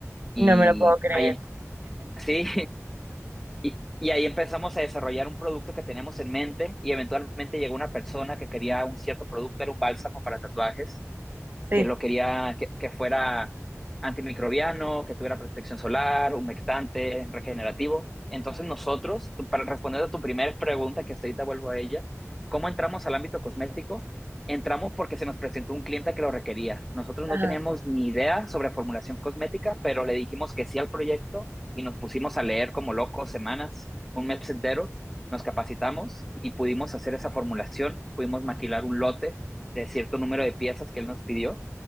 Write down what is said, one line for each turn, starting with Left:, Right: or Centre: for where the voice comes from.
Centre: y
Right: no me lo puedo creer.
Centre: ahí, em, <laughs> sí, y, y ahí empezamos a desarrollar un producto que teníamos en mente y eventualmente llegó una persona que quería un cierto producto, era un bálsamo para tatuajes
Right: Sí.
Centre: que lo quería que, que fuera antimicrobiano, que tuviera protección solar, humectante, regenerativo. Entonces nosotros, para responder a tu primera pregunta, que hasta ahorita vuelvo a ella, ¿cómo entramos al ámbito cosmético? Entramos porque se nos presentó un cliente que lo requería. Nosotros
Right: Ajá.
Centre: no teníamos ni idea sobre formulación cosmética, pero le dijimos que sí al proyecto y nos pusimos a leer como locos semanas, un mes entero, nos capacitamos y pudimos hacer esa formulación, pudimos maquilar un lote de cierto número de piezas que él nos pidió.